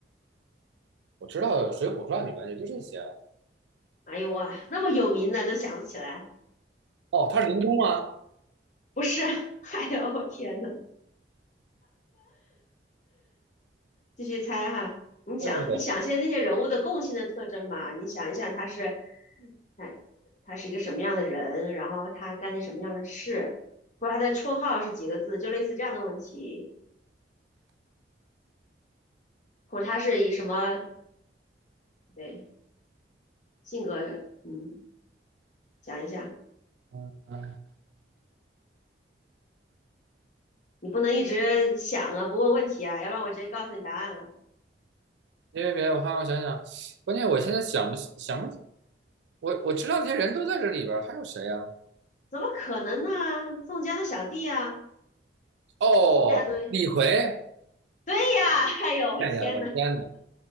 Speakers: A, on the right; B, on the left.
A: 我知道《水浒传》里面也就这些。
B: 哎呦哇，那么有名的都想不起来，
A: 哦，他是林冲吗？
B: 不是，<laughs> 哎呦我天呐，继续猜哈，你想，
A: 对对对，
B: 你想现在那些人物的共性的特征嘛？你想一想，他是，他他是一个什么样的人，然后他干些什么样的事，或者他的绰号是几个字，就类似这样的问题，或者他是以什么，对，性格，嗯，想一下，
A: 嗯嗯。
B: 你不能一直想啊，不问问题啊，要不然我直接告诉你答案了，
A: 别别别的，我看看，我想想，关键我现在想不起想不，我我知道这些人都在这里边儿，还有谁呀、
B: 怎么可能呢？宋江的小弟啊，
A: 哦，
B: 一大堆，
A: 李逵，
B: <laughs> 对呀，哎呦，我天呐，
A: 哎呀，我天哪，